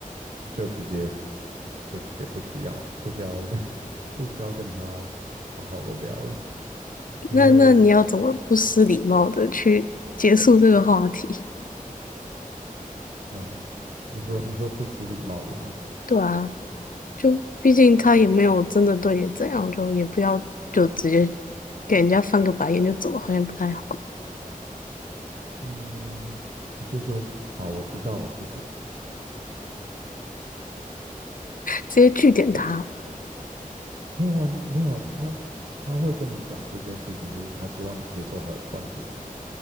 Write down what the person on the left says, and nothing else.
那那你要怎么不失礼貌的去结束这个话题？
<laughs> 对啊，就毕竟他也没有真的对你怎样，就也不要就直接给人家翻个白眼就走，好像不太好，<laughs>
直接拒点他。